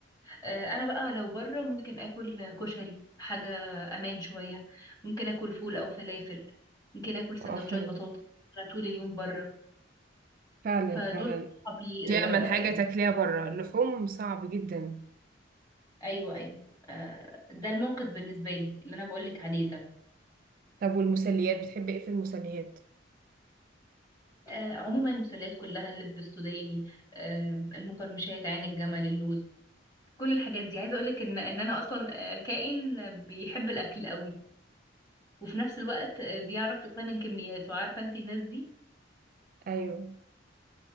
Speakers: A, on the left; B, on the right.
A: آه انا بقى لو بره ممكن اكل كشري حاجه امان شويه ممكن اكل فول او فلافل ممكن اكل سندوتشات
B: اه فعلا
A: بطاطس أنا طول اليوم بره
B: فعلا
A: فدول
B: فعلا
A: صحابي
B: دي
A: آه
B: أمن حاجة تاكليها بره اللحوم صعب جدا
A: ايوه ايوه آه ده الموقف بالنسبه لي اللي انا بقولك عليه ده
B: طب والمسليات بتحبي ايه في المسليات
A: آه عموما المسلات كلها اللب السوداني آه المقرمشات عين الجمل اللوز كل الحاجات دي عايزه اقول لك ان ان انا اصلا آه، كائن بيحب الاكل قوي وفي نفس الوقت آه، بيعرف يقنن كميات وعارفه انت الناس دي
B: ايوه